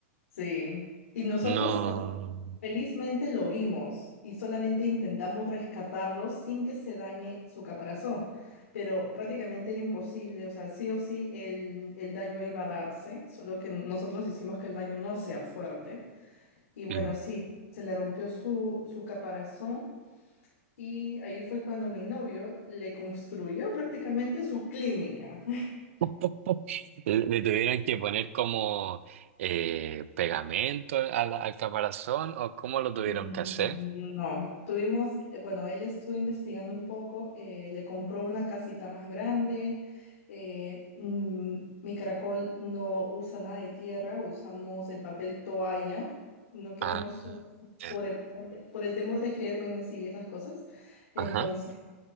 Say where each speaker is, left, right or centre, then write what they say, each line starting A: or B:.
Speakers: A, on the left; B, on the right.
A: Sí. Y nosotros,
B: No.
A: Felizmente lo vimos y solamente intentamos rescatarlo sin que se dañe su caparazón, pero prácticamente era imposible, o sea, sí o sí el, el daño iba a darse, solo que nosotros hicimos que el daño no sea fuerte. Y bueno,
B: Mm.
A: sí, se le rompió su, su caparazón y ahí fue cuando mi novio le construyó prácticamente su clínica.
B: <laughs> Le le tuvieron que poner como eh, pegamento al, al caparazón o cómo lo tuvieron
A: Mm,
B: que hacer.
A: No, tuvimos, eh, bueno, él estuvo investigando un poco, eh, le compró una casita más grande. eh, mm, mi caracol no usa nada de tierra, usamos el papel toalla. No queremos,
B: Ah,
A: o sea,
B: ya.
A: por el, por el por el temor de gérmenes y esas cosas. Entonces,
B: ajá.